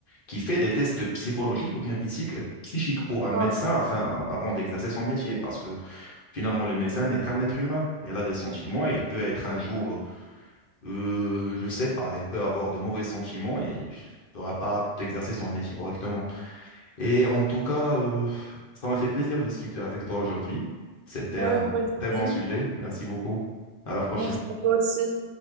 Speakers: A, on the left; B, on the right.
A: qui fait des tests psychologiques ou bien psychiques, psychiques pour un médecin
B: Ah,
A: enfin, avant d'exercer son métier. Parce que finalement, le médecin n'est qu'un être humain. Elle a des sentiments et il peut être un jour, euh, euh, je sais pas, elle peut avoir de mauvais sentiments et ne pourra pas exercer son métier correctement. Et en tout cas, euh, ça m'a fait plaisir de discuter avec toi aujourd'hui. C'était
B: Ouais,
A: un
B: moi aussi.
A: très bon sujet. Merci beaucoup. À la prochaine.
B: Merci à toi aussi.